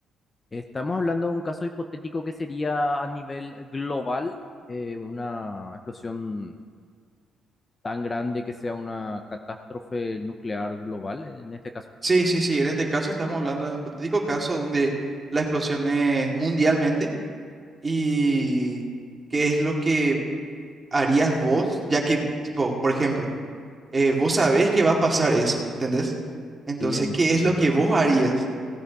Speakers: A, on the left; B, on the right.
A: Estamos hablando de un caso hipotético que sería a nivel global, eh, una explosión tan grande que sea una catástrofe nuclear global en, en este caso.
B: Sí, sí, sí. En este caso estamos hablando de un patético caso donde la explosión es mundialmente y qué es lo que harías vos, ya que, tipo, por ejemplo, eh, vos sabés que va a pasar eso, ¿entendés? Entonces,
A: Sí, entiendo.
B: ¿qué es lo que vos harías?